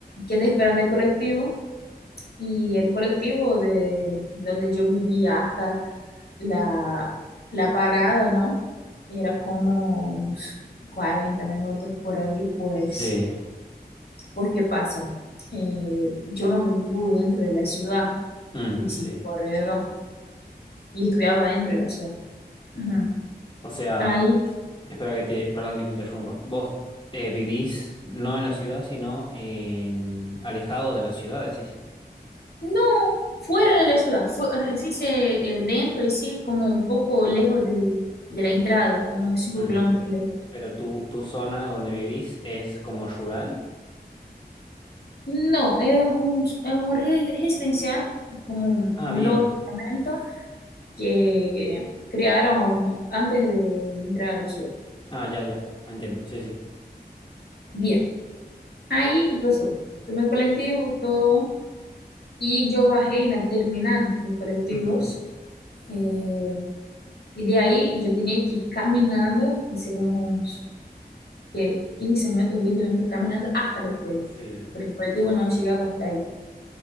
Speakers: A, on the left (about 70°); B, on the left (about 30°).
A: Quedé esperando el colectivo y el colectivo de donde yo vivía hasta la, la parada, ¿no? Era como unos 40 minutos por ahí, pues,
B: sí,
A: pues ¿qué pasa? Eh, yo no vivo dentro de la ciudad
B: mm,
A: y sin
B: sí.
A: corredor y estudiaba dentro de la ciudad. Ujú.
B: O sea,
A: Ahí
B: espera que te, perdón que te interrumpa. Vos eh, vivís no en la ciudad, sino en alejado de la ciudad, decís.
A: No, fuera de la ciudad, fu- eh, eh, sí, se, eh, dentro y sí, como un poco
B: Claro.
A: lejos de, de la entrada, como cinco
B: mm,
A: kilómetros lejos.
B: Pero tu, tu zona donde vivís es como rural.
A: No, es un, es un re- residencial, como un,
B: Ah,
A: un
B: bien.
A: lote de apartamento que eh, crearon antes de entrar a la ciudad.
B: Ah, ya, ya, entiendo, sí, sí.
A: Bien, ahí, ¿qué pasó? Tomé el colectivo, todo, y yo bajé en la terminal de colectivos.
B: Ujú,
A: eh, y de ahí yo tenía que ir caminando, hicieron unos que 15 minutos, 20 minutos caminando hasta la escuela,
B: Sí.
A: porque el colectivo no llegaba hasta ahí.